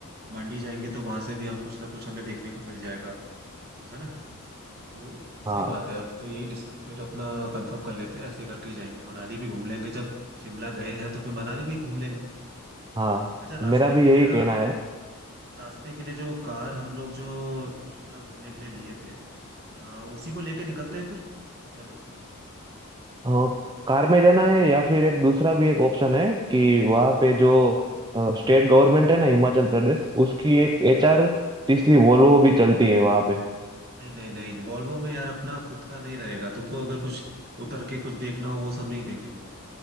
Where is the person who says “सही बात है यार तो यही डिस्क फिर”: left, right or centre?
Right